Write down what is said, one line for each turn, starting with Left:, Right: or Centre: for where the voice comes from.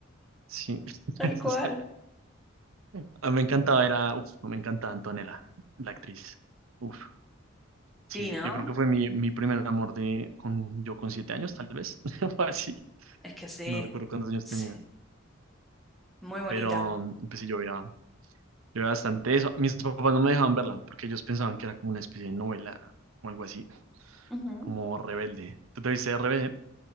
Right: Sí, <laughs>
Centre: Tal cual.
Right: O sea, a mí me encantaba, era, uf, me encantaba Antonella, la actriz. Uf, sí,
Centre: Sí,
Right: sí.
Centre: ¿no?
Right: yo creo que fue mi, mi primer amor de, con, yo con siete años, tal vez, <laughs> o así.
Centre: Es que sí,
Right: No recuerdo cuántos años
Centre: sí,
Right: tenía.
Centre: muy bonita.
Right: Pero mm, pues sí, yo veía, yo veía bastante eso. Mis papás no me dejaban verla porque ellos pensaban que era como una especie de novela o algo así,
Centre: Ujú.
Right: como rebelde. ¿Tú te viste rebelde?